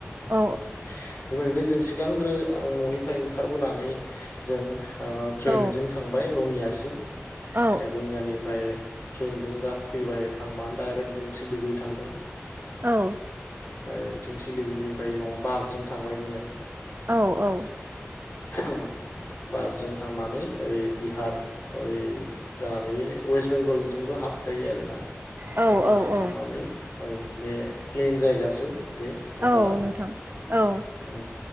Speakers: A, on the right; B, on the left.
A: औ
B: उम एबार बे जों सिगांग्रो आं ननिफ्राय ओंखारबोनानै जों ओ ट्रेनजों
A: औ
B: ओमफाय रङियासिम
A: औ
B: रङियानिफाय ट्रेनजों गा फैबाय थांबानो दडाइरेक्ट जों सिलिगुरि थांदों
A: औ
B: ओमफ्राय बिथिं सिलिगुरिनिफ्राय नआव बासजों थांबाय जोंङो
A: औ औ
B: <inaudible> बासजों थांनानै ओरै बिहार ओरै जानानै बे वेस्ट बेंगलजोंबो हाबजायो आरो ना
A: औ
B: जोंहा
A: औ
B: थांनानै औ बे प्लेन जायगासो बे नेपाला
A: औ नोंथां औ
B: उम